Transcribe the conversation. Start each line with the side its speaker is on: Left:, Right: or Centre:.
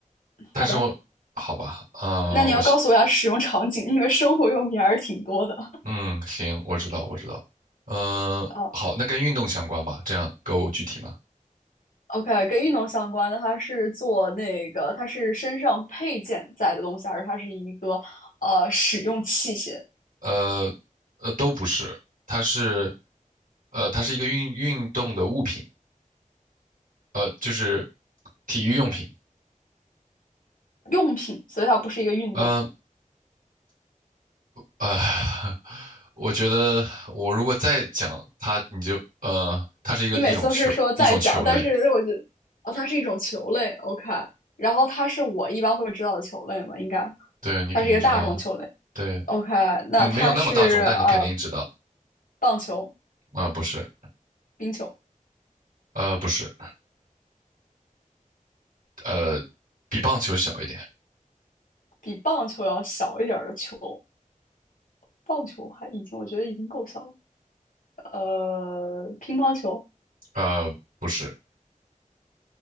Right: 但是我好吧，
Left: 好的。
Right: 呃，
Left: 那你要告诉我一下使用场景，
Right: 我想，
Left: 因为生活用品还是挺多的。
Right: 嗯，行，我知道，我知道，嗯、
Left: 啊。
Right: 好，那跟运动相关吧，这样够具体吗？
Left: o k 跟运动相关的，它是做那个，它是身上配件在的东西，还是它是一个呃使用器械
Right: 呃呃都不是，它是呃它是一个运运动的物品，呃就是体育用品。
Left: 用品？所以它不是一个运动。
Right: 嗯啊呃 <laughs>，我觉得我如果再讲它，你就呃它是一个一种球一种球类，
Left: 你每次都是说在讲，但是我觉得哦，它是一种球类，OK。然后它是我一般会知道的球类嘛，应该
Right: 对你肯定知道啊，
Left: 它是一个大众球类
Right: 对，
Left: ，OK。那它是呃
Right: 嗯没有那么大众，但你肯定知道
Left: 棒球、
Right: 啊、呃不是
Left: 冰球，
Right: 呃不是呃比棒球小一点，
Left: 比棒球要小一点的球。棒球还已经，我觉得已经够小了。呃，乒乓球
Right: 呃不是。